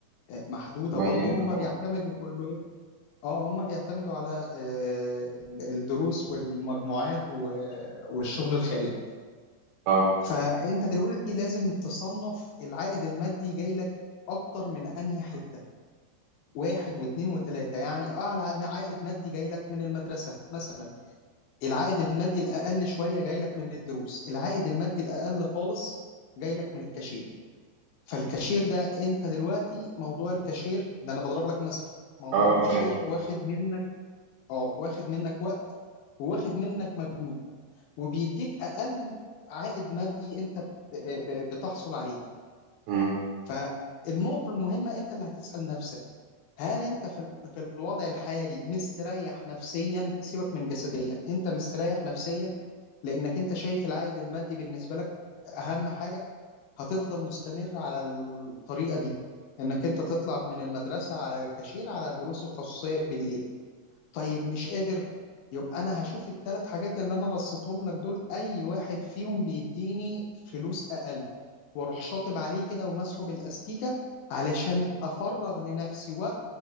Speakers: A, on the left (about 80°); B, on the right (about 85°).
A: آه، محدوده
B: ميت
A: برضه هم
B: أه
A: بيعتمدوا كلهم اه هم بيعتمدوا على آه، الدروس والمجموعات و- والشغل الخارجي
B: أه
A: فانت دلوقتي لازم تصنف العائد المادي جاي لك اكتر من انهي حته واحد واثنين وثلاثه يعني اعلى عائد مادي جاي لك من المدرسه مثلا العائد المادي الاقل شويه جاي لك من الدروس العائد المادي الاقل خالص جاي لك من الكاشير فالكاشير ده انت دلوقتي موضوع الكاشير ده انا بضرب لك مثل موضوع
B: أه
A: الكاشير
B: أنا فاهم
A: واخد منك اه واخد منك وقت وواخد منك مجهود وبيديك اقل عائد مادي انت بت- ب- بتحصل عليه
B: مم.
A: فالنقطه المهمه انت اللي هتسال نفسك هل انت في ال- في الوضع الحالي مستريح نفسيا سيبك من جسديا انت مستريح نفسيا لانك انت شايف العائد المادي بالنسبه لك اهم حاجه هتفضل مستمر على الطريقه دي انك انت تطلع من المدرسه على الكاشير على الدروس الخصوصيه بالليل طيب مش قادر يبقى انا هشوف الثلاث حاجات اللي انا رصيتهم لك دول اي واحد فيهم بيديني فلوس اقل واروح شاطب عليه كده ومسحه بالاستيكه علشان افرغ لنفسي